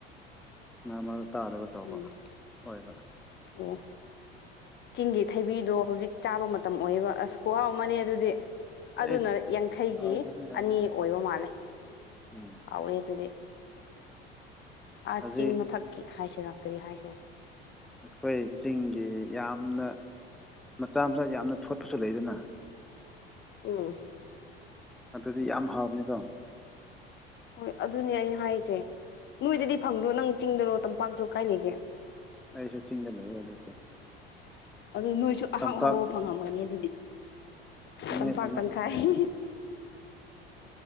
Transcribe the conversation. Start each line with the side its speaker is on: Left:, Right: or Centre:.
Centre: ꯃꯔꯛ ꯃꯔꯛ ꯇꯥꯗꯕ ꯇꯧꯕ
Left: ꯎꯝ
Centre: ꯍꯣꯏꯕ꯫
Left: ꯑꯣ ꯆꯤꯡꯒꯤ ꯊꯩꯕꯤꯗꯣ ꯍꯧꯖꯤꯛ ꯆꯥꯕ ꯃꯇꯝ ꯑꯣꯏꯌꯦꯕ ꯑꯁ ꯈꯨꯍꯥꯎ ꯑꯃꯅꯦ ꯑꯗꯨꯗꯤ꯫ ꯑꯗꯨꯅ
Centre: ꯑꯩꯁ
Left: ꯌꯥꯡꯈꯩꯒꯤ
Centre: ꯍꯥꯎꯈ꯭ꯔꯕꯅꯤ ꯍꯥꯎꯈ꯭ꯔꯕꯅꯤ
Left: ꯑꯅꯤ ꯑꯣꯏꯕ ꯃꯥꯜꯂꯦ
Centre: ꯎꯝ
Left: ꯍꯥꯎꯋꯦ ꯑꯗꯨꯗꯤ꯫ ꯑꯥ
Centre: ꯍꯧꯖꯤꯛ
Left: ꯆꯤꯡ ꯃꯊꯛꯀꯤ ꯍꯥꯏꯁꯤꯔꯥ ꯀꯔꯤ ꯍꯥꯏꯁꯤꯔꯥ
Centre: ꯑꯩꯈꯣꯏ ꯆꯤꯡꯒꯤ ꯌꯥꯝꯅ ꯃꯆꯥ ꯃꯆꯥ ꯌꯥꯝꯅ ꯊꯣꯠꯄꯁꯨ ꯂꯩꯗꯅ
Left: ꯎꯝ
Centre: ꯑꯗꯨꯗꯤ ꯌꯥꯝ ꯍꯥꯎꯕꯅꯤꯀꯣ
Left: ꯍꯣꯏ ꯑꯗꯨꯅꯦ ꯑꯩꯅ ꯍꯥꯏꯔꯤꯁꯦ ꯅꯣꯏꯗꯗꯤ ꯐꯪꯗ꯭ꯔꯣ ꯅꯪ ꯆꯤꯡꯗꯔꯣ ꯇꯝꯄꯥꯛꯇꯣ ꯀꯥꯏ ꯂꯩꯒꯦ?
Centre: ꯑꯩꯁꯨ ꯆꯤꯡꯗ ꯂꯩꯌꯦ ꯍꯧꯖꯤꯛꯇꯤ꯫
Left: ꯑꯗꯨ ꯅꯣꯏꯁꯨ ꯑꯍꯥꯎ
Centre: ꯇꯝꯄꯥꯛ
Left: ꯑꯍꯥꯎꯕ ꯐꯪꯉꯝꯒꯅꯤ ꯑꯗꯨꯗꯤ
Centre: ꯐꯪꯉꯦ
Left: ꯇꯝꯄꯥꯛ
Centre: ꯐꯪꯉꯦ
Left: ꯇꯪꯈꯥꯏ